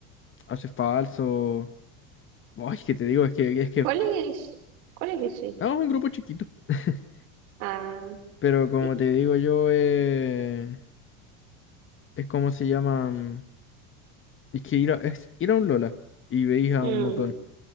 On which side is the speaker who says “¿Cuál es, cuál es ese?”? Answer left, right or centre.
Right